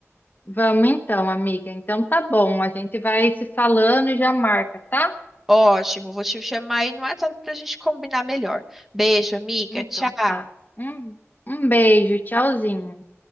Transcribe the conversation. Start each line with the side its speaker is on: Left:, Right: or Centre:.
Left: Vamos então, amiga. Então tá bom, a gente vai se falando e já marca, tá?
Centre: Ótimo, vou te chamar aí no WhatsApp para a gente combinar melhor. Beijo, amiga.
Left: Então
Centre: Tchau.
Left: tá. Um, um beijo, tchauzinho.